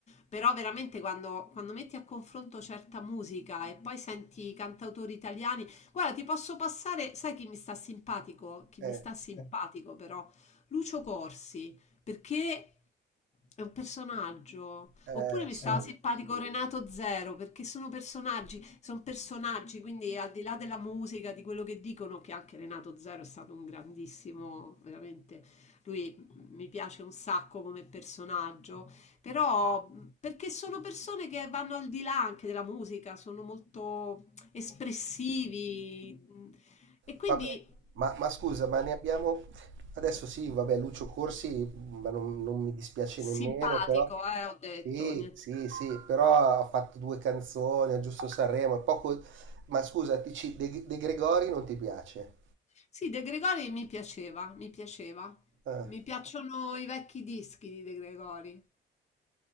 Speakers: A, on the left; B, on the right.
A: Però veramente quando, quando metti a confronto certa musica e poi senti i cantautori italiani, guarda, ti posso passare, sai chi mi sta simpatico? Chi
B: eh,
A: mi sta simpatico però? Lucio Corsi perché è un personaggio.
B: eh,
A: Oppure mi
B: sì.
A: stava simpatico Renato Zero, perché sono personaggi, sono personaggi, quindi al di là della musica, di quello che dicono, che anche Renato Zero è stato un grandissimo, veramente, lui mh, mi piace un sacco come personaggio, però mh, perché sono persone che vanno al di là anche della musica, sono molto espressivi mh, e quindi
B: Vabbè, ma, ma scusa, ma ne abbiamo... Adesso sì, vabbè, Lucio Corsi, ma non, non mi dispiace
A: simpatico,
B: nemmeno, però...
A: eh, ho detto,
B: Sì,
A: niente.
B: sì, sì, però ha fatto due canzoni a Giusto Sanremo, è poco... Ma scusa, ti ci- De, De Gregori non ti piace?
A: Sì, De Gregori mi piaceva, mi piaceva.
B: Eh,
A: Mi piacciono i vecchi dischi di De Gregori,